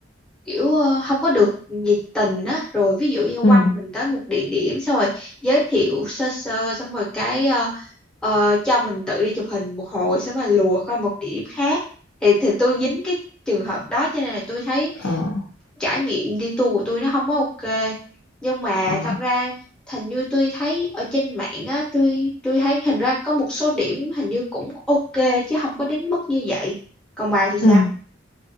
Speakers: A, in the centre; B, on the left (about 80°).
A: kiểu ờ, không có được nhiệt tình á rồi ví dụ như
B: ừ
A: quăng mình tới một địa điểm xong rồi giới thiệu sơ sơ xong rồi cái ờ, ờ, cho mình tự đi chụp hình một hồi xong rồi lùa coi một địa điểm khác thì thì tôi dính cái trường hợp đó cho nên là tôi thấy
B: Ờ,
A: trải nghiệm đi tour của tôi nó không có ok nhưng mà
B: ờ.
A: thật ra hình như tôi thấy ở trên mạng á tôi tôi thấy hình ra có một số điểm hình như cũng ok chứ không có đến mức như vậy còn bà thì sao
B: ừ